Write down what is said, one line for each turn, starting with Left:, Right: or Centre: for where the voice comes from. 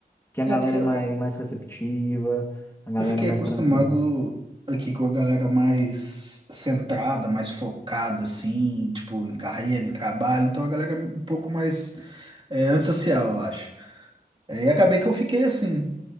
Left: Que a galera
Right: É, porque eu
Left: é mais, mais receptiva, a galera
Right: eu fiquei
Left: é mais
Right: acostumado
Left: tranquila.
Right: aqui com a galera mais centrada, mais focada, assim, tipo, em carreira, em trabalho. Então a galera é um pouco mais é, antissocial, eu acho. É, e acabei que eu fiquei assim,